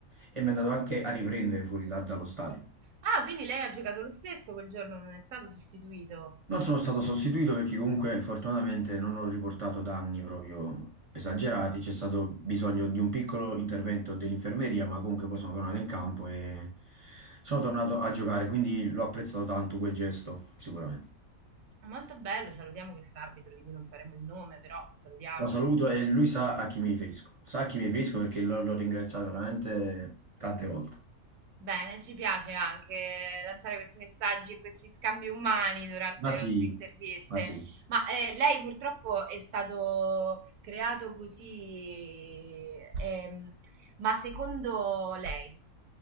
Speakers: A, on the right (about 35°); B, on the right (about 80°).
A: e mi è andato anche a riprendere fuori da- dallo stadio.
B: Ah, quindi lei ha giocato lo stesso quel giorno, non è stato sostituito.
A: Non sono stato sostituito perché comunque fortunatamente non ho riportato danni proprio esagerati, c'è stato bisogno di un piccolo intervento dell'infermeria, ma comunque poi sono tornato in campo e sono tornato a giocare, quindi l'ho apprezzato tanto quel gesto, sicuramente.
B: Molto bello, salutiamo questo arbitro di cui non faremo il nome, però salutiamolo
A: Lo saluto
B: perché
A: e lui
B: eh,
A: sa a chi mi riferisco, sa a chi mi riferisco perché l'ho l'ho ringraziato veramente tante volte.
B: Bene, ci piace anche lanciare questi messaggi e questi scambi umani durante
A: Ma
B: le
A: sì,
B: nostre interviste,
A: ma sì.
B: ma eh, lei purtroppo è stato creato così, ehm, ma secondo lei